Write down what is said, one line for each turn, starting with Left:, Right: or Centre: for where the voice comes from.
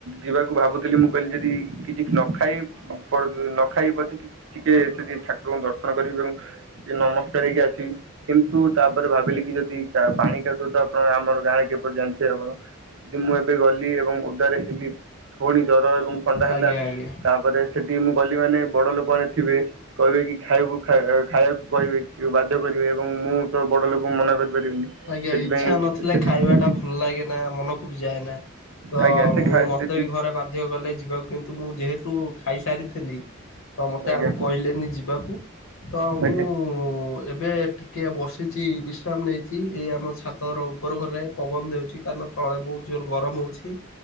Right: ଯିବାକୁ ଭାବୁଥିଲି ମୁଁ କହିଲି ଯଦି କିଛି ନ ଖାଇ ନ ଖାଇ ପଛେ କି ଟିକେ ଙ୍କୁ ଦର୍ଶନ କରିବି ଏବଂ ଟିକେ ନମସ୍କାର ହେଇକି ଆସିବି କିନ୍ତୁ ତାପରେ ଭାବିଲି କି ଯଦି ପାଣି କାଦୁଅ ତ ଆପଣ ଆମର ଗାଁରେ କିପରି ଜାଣିଥିବେ ଆପଣ ଯଦି ମୁଁ ଏବେ ଗଲି ଏବଂ <inaudible> ହେଲି ଫୁଣି ଜର ଏବଂ ଥଣ୍ଡା ହେଲା
Left: ଆଜ୍ଞା ଆଜ୍ଞା।
Right: ତାପରେ ସେଠି କି ମୁଁ ଗଲି ମାନେ ବଡ ଲୋକ ମାନେ ଥିବେ କହିବେ କି ଖାଇବାକୁ ଖାଇବାକୁ କହିବେ କି ବାଧ୍ୟ କରିବେ ଏବଂ ମୁଁ ତ ବଡ ଲୋକଙ୍କୁ ମନା କରି ପାରିବିନି
Left: ଆଜ୍ଞା
Right: ସେଥିପାଇଁ
Left: ଇଚ୍ଛା ନଥିଲେ
Right: ସେ
Left: ଖାଇବା ଟା ଭଲ ଲାଗେ ନା ମନକୁ ବି ଯାଏନା ତ
Right: ଆଜ୍ଞା ସେ
Left: ମୁଁ
Right: ଖା-
Left: ମତେ
Right: ସେଠି
Left: ବି ଘରେ ବା ବାଧ୍ୟ କଲେ ଯିବାକୁ କିନ୍ତୁ ମୁଁ ଯେହେତୁ ଖାଇସାରିଥିଲି ତ ମତେ
Right: ଆଜ୍ଞା
Left: ଆଉ କହିଲେନି ଯିବାକୁ ତ ମୁଁ
Right: ଆଜ୍ଞା
Left: ମୁଁ ଏବେ ଟିକିଏ ବସିଛି ବିଶ୍ରାମ ନେଇଛି ଏଇ ଆମ ଛାତର ଉପର ଘରେ ପବନ ଦେଉଛି କାରଣ ତଳେ ବହୁତ ଜୋର ଗରମ ହଉଛି